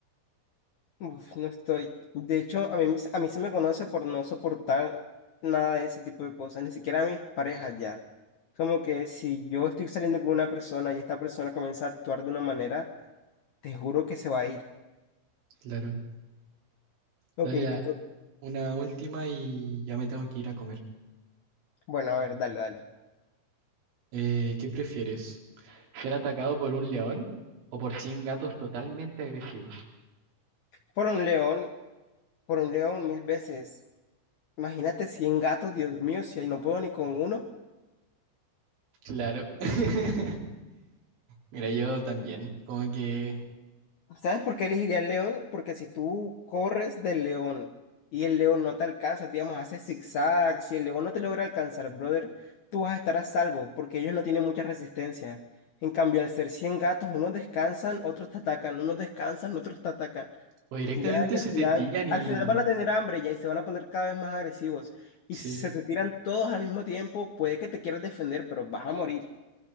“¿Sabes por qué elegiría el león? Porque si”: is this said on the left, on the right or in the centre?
Left